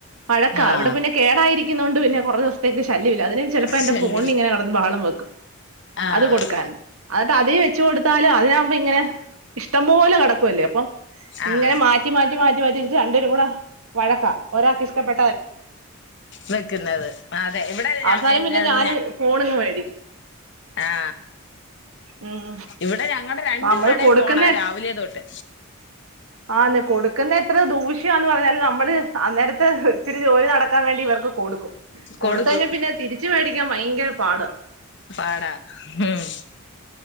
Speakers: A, on the right (about 80°); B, on the left (about 55°).
A: പഴ ക്ക
B: ആഹ്
A: ഇവിടെ പിന്നെ കേടായിരി ക്കുന്നോണ്ട് പിന്നെ കുറേ ദിവസത്തേക്ക് ശല്യവില്ല അതിന് ചെലപ്പോ എന്റെ
B: ശല്യം
A: ഫോൺ ഇങ്ങനെ കിടന്ന് ബഹളം വെക്കും
B: ആഹ്
A: അത് കൊടുക്കാൻ എന്നിട്ട് അത് വെച്ച് കൊടുത്താല് അതു മ്പോ ഇങ്ങനെ ഇഷ്ടം പോലെ കട ക്കല്ലേ അപ്പം ഇങ്ങനെ
B: ആഹ്
A: മാറ്റി മാറ്റി മാറ്റി മാറ്റി- രണ്ടെരും കൂടെ വഴക്കാ ഒരാക്ക് ഇഷ്ടപ്പെ
B: വെക്കുന്നത് അതെ ഇവിടെ
A: അവസാനം
B: ഞ ന്റെ
A: പിന്നെ ഞാന്
B: ഞ
A: ഫോണിങ് മേടിക്കും
B: ആ
A: ഉം
B: ഇവിടെ ഞങ്ങളുടെ രണ്ടുപേരുടെയും
A: നമ്മള് കൊടുക്കുന്ന
B: ഫോണാ രാവിലെ തൊട്ട്
A: ആന്ന് കൊടുക്കുന്ന എത്ര ദൂഷ്യയാന്നു പറഞ്ഞാലും നമ്മള് അന്നേരത്തെ ഇത്തിരി ജോലി നടക്കാൻ വേണ്ടി ഇവർക്ക് കൊടുക്കും
B: കൊടുക്കും
A: കൊടുത്ത്കഴിഞ്ഞാ പിന്നെ തിരിച്ച് മേടിക്കാൻ ഭയങ്കര പാട്
B: പാടാ ഉം